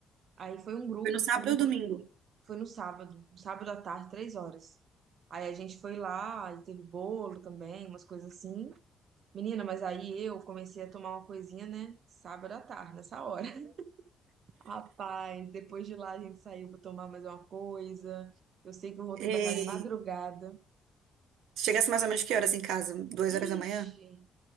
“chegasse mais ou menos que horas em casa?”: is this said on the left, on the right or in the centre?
Right